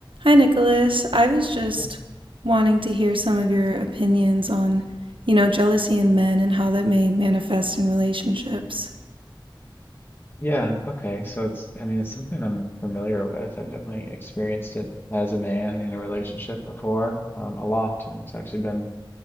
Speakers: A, on the right (about 80°); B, on the left (about 25°).
A: Hi, Nicholas. I was just
B: Okay.
A: wanting to hear some of your opinions on, you know, jealousy in men and how that may manifest in relationships.
B: Yeah, okay. So it's, I mean, it's something I'm familiar with. I've definitely experienced it as a man in a relationship before, um, a lot, and it's actually been